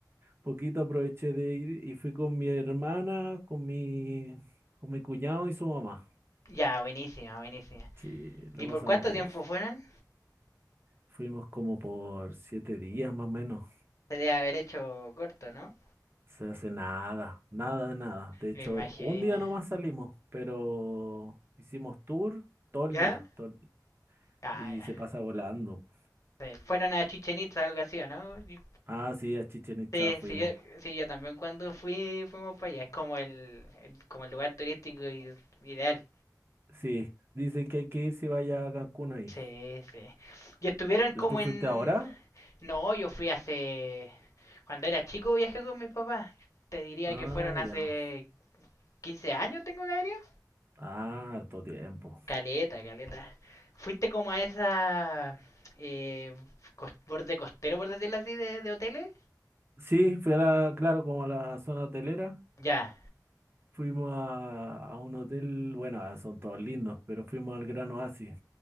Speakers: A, on the right (about 35°); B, on the left (about 45°).
A: poquito aproveché de ir y fui con mi hermana, con mi, con mi cuñado y su mamá.
B: Ya, buenísima, buenísima.
A: Sí, lo
B: ¿Y por
A: pasamos
B: cuánto
A: bien.
B: tiempo fueron?
A: Fuimos como por siete días más o menos.
B: Se debe haber hecho corto, ¿no?
A: Se hace nada, nada de nada. De hecho,
B: Me imagino.
A: un día nomás salimos, pero hicimos tour todo el
B: ¿Ya?
A: día, todo el día.
B: Ah,
A: Y
B: ya.
A: se pasa volando.
B: Sí, Fueron a Chichen Itza, algo así, ¿o no? Y-
A: Ah, sí, a Chichen Itza
B: Sí,
A: fuimos.
B: sí yo, sí, yo también cuando fui, fuimos para allá. Es como el, el- como el lugar turístico i- ideal.
A: Sí, dicen que hay que ir si vaya a Cancún ahí.
B: Sí, sí. Y estuvieron como
A: ¿Tú
B: en,
A: fuiste ahora?
B: No, yo fui hace... Cuando era chico viajé con mis papás. Te diría
A: Ah,
B: que fueron hace
A: ya.
B: 15 años, tengo que haber ido.
A: Ah, harto tiempo.
B: Caleta, caleta. Fuiste como a esa... eh, cos- borde costero, por decirlo así, de, de hoteles.
A: Sí, fui a la, claro, como a la zona hotelera.
B: Ya.
A: Fuimos a, a un hotel, bueno, ah, son todos lindos, pero fuimos al Gran Oasis,